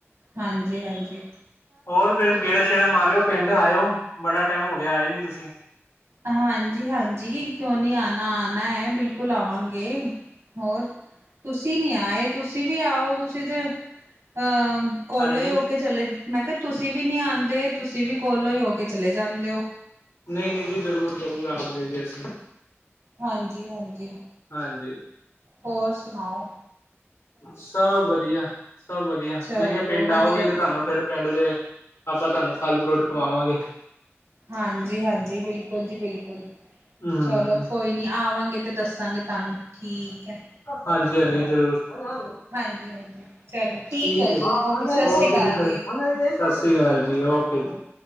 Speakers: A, on the right; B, on the left.
A: ਹਾਂਜੀ ਹਾਂਜੀ
B: ਹੋਰ ਫਿਰ ਗੇੜਾ ਸ਼ੇੜਾ ਮਾਰਿਓ ਪਿੰਡ ਆਇਓ ਬੜਾ ਟਾਈਮ ਹੋ ਗਿਆ ਆਏ ਨੀ ਤੁਸੀਂ
A: ਹਾਂਜੀ ਹਾਂਜੀ ਕਿਉਂ ਨਹੀਂ ਆਨਾ ਆਨਾ ਏ ਬਿਲਕੁਲ ਆਵਾਂਗੇ ਹੋਰ ਤੁਸੀਂ ਨੀ ਆਏ ਤੁਸੀਂ ਵੀ ਆਓ ਤੁਸੀਂ ਤੇ ਅਹ ਕੋਲੋਂ
B: ਹਾਂਜੀ
A: ਹੀ ਹੋ ਕੇ ਚਲੇ ਮੈਂ ਕਿਹਾ ਤੁਸੀਂ ਵੀ ਨੀ ਆਂਦੇ ਤੁਸੀਂ ਵੀ ਕੋਲੋਂ ਹੀ ਹੋ ਕੇ ਚਲੇ ਜਾਂਦੇ ਹੋ
B: ਨਹੀਂ ਨਹੀਂ ਜੀ ਜ਼ਰੂਰ ਜ਼ਰੂਰ ਆਵਾਂਗੇ ਜੀ ਅਸੀਂ
A: ਹਾਂਜੀ ਹਾਂਜੀ
B: ਹਾਂਜੀ
A: ਹੋਰ ਸੁਣਾਓ
B: ਸਭ ਵਧੀਆ ਸਭ ਵਧੀਆ
A: ਚਲੋ
B: ਮੈ ਕਿਹਾ ਪਿੰਡ
A: ਵਧੀਆ
B: ਆਓਗੇ ਤੇ ਤੁਹਾਨੂੰ ਫਿਰ ਪਿੰਡ ਦੇ ਆਪਾਂ ਤੁਹਾਨੂੰ ਫਲ ਫਰੂਟ ਖਵਾਵਾਂਗੇ
A: ਹਾਂਜੀ ਹਾਂਜੀ ਬਿਲਕੁਲ ਜੀ ਬਿਲਕੁਲ
B: ਹੂੰ
A: ਚਲੋ ਕੋਈ ਨੀ ਆਵਾਂਗੇ ਤੇ ਦੱਸਾਂਗੇ ਤੁਹਾਨੂੰ ਠੀਕ ਹੈ
B: ਹਾਂਜੀ ਹਾਂਜੀ ਜ਼ਰੂਰ ਹੈਲੋ
A: ਹਾਂਜੀ-ਹਾਂਜੀ ਚਲੋ
B: ਠੀਕ
A: ਜੀ
B: ਹੈ
A: ਸਤਿ
B: ਜੀ ਓਕੇ
A: ਸ਼੍ਰੀ ਅਕਾਲ
B: ਜੀ ਫਿਰ ਸਤਿ ਸ਼੍ਰੀ ਅਕਾਲ ਜੀ ਓਕੇ ਜੀ